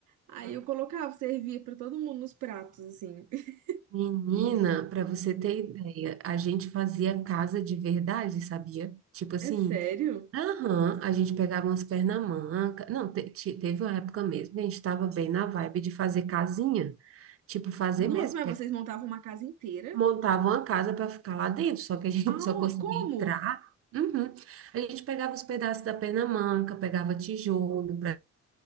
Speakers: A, on the right; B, on the right.
A: Aí
B: Aham.
A: eu colocava, servia pra todo mundo nos pratos, assim. <laughs>
B: Menina, para você ter ideia, a gente fazia casa de verdade, sabia? Tipo assim,
A: É sério?
B: aham, a gente pegava umas pernamanga. Não, te- te- teve uma época mesmo, que a gente estava bem na vibe de fazer casinha. Tipo, fazer
A: Nossa,
B: mesmo.
A: mas vocês montavam uma casa inteira?
B: montava uma casa para ficar lá dentro, só que a <laughs> gente
A: Ah,
B: só conseguia
A: como?
B: entrar. Uhum. A gente pegava os pedaços da Pernamanga, pegava tijolo para